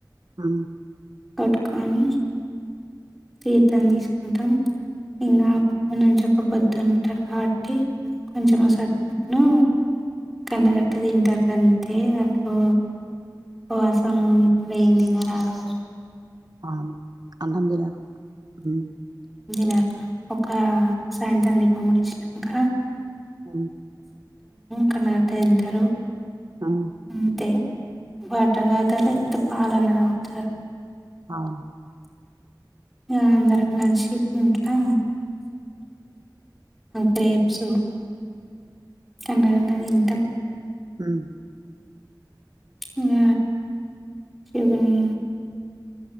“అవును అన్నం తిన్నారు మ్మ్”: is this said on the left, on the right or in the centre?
Right